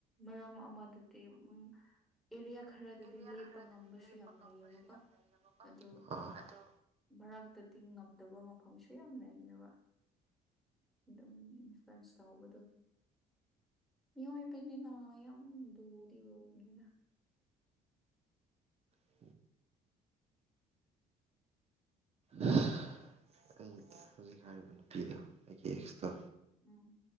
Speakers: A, in the centre; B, on the right (about 40°).
A: ꯃꯔꯝ ꯑꯃꯗꯗꯤ ꯎꯝ ꯑꯦꯔꯤꯌꯥ ꯈꯔꯗꯗꯤ
B: ꯑꯦꯔꯤꯌꯥ
A: ꯂꯦꯞꯄ
B: ꯈꯔꯗꯗꯤ
A: ꯉꯝꯕꯁꯨ
B: ꯂꯦꯞꯄ
A: ꯌꯥꯝ
B: ꯉꯝꯕꯁꯨ
A: ꯂꯩꯌꯦꯕꯀꯣ
B: ꯌꯥꯝ ꯂꯩꯌꯦꯕꯀꯣ
A: ꯑꯗꯨ
B: ꯑꯗꯣ
A: ꯃꯔꯛꯇꯗꯤ ꯉꯝꯗꯕ ꯃꯐꯝꯁꯨ ꯌꯥꯝ ꯂꯩꯅꯦꯕ ꯑꯗꯨꯝ ꯏꯟꯐ꯭ꯂꯨꯋꯟꯁ ꯇꯧꯕꯗꯣ ꯃꯤ ꯑꯣꯏꯕꯅꯦ ꯅ ꯌꯥꯝ ꯂꯨꯘꯤ ꯂꯨꯕꯅꯦꯘ
B: <inaudible> ꯑꯩ ꯍꯧꯖꯤꯛ ꯍꯥꯏꯔꯤꯕ ꯅꯨꯄꯤꯗꯣ ꯑꯩꯒꯤ ꯑꯦꯛꯁꯇꯣ
A: ꯎꯝ